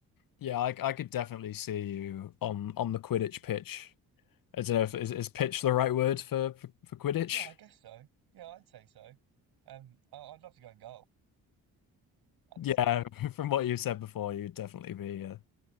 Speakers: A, on the left (about 60°); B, on the right (about 75°).
A: Yeah, I I could definitely see you on on the Quidditch pitch. I don't know if is, is pitch the right word for for, for Quidditch?
B: Yeah, I guess so. Yeah, I'd say so. Um, I, I'd love to go and goal. That'd
A: Yeah,
B: be sick.
A: <laughs> from what you said before, you'd definitely be uh,